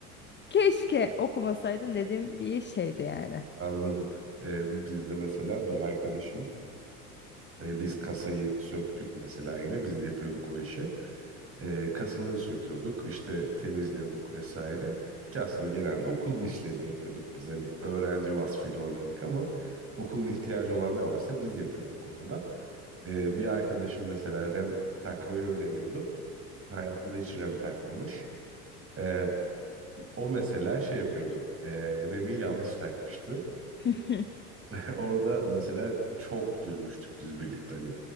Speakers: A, on the left (about 25°); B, on the right (about 30°).
A: Keşke okumasaydım dediğim bir şeydi yani.
B: Anladım. Ee, bizde mesela bir arkadaşım e, biz kasayı söktük mesela yine biz yapıyorduk o işi. Ee, kasaları söküyorduk işte temizliyorduk vesaire. Ki aslında genelde okulun işlerini yapıyorduk biz hani öğrenci vasfıyla oradaydık ama okulun ihtiyacı olan ne varsa biz yapıyorduk orada. Ee, bir arkadaşım mesela rem takmayı öğreniyordu. Hayatında hiç rem takmamış. Ee, o mesela şey yapıyordu. E, remi yanlış takmıştı.
A: <laughs>
B: <laughs> Orada mesela çok gülmüştük biz birlikte. Hani